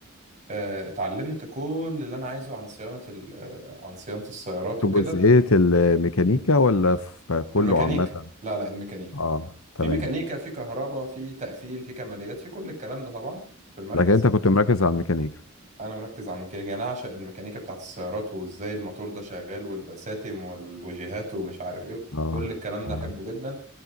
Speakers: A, on the right (about 35°); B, on the left (about 65°).
A: آه، اتعلمت كل اللي انا عايزه عن صيانه ال- آه، عن صيانه السيارات
B: في
A: وكده
B: جزئيه الميكانيكا ولا في كله
A: الميكانيكا
B: عامه
A: لا لا الميكانيكا
B: اه تمام
A: في ميكانيكا في كهرباء في تقفيل في كماليات في كل الكلام ده طبعا في المركز
B: لكن انت كنت مركز على الميكانيكا
A: انا مركز على الميكانيكا يعني انا اعشق الميكانيكا بتاعت السيارات وازاي الموتور ده شغال والبساتم والبوجيهات ومش عارف ايه
B: اه
A: كل الكلام ده
B: اه
A: احبه جدا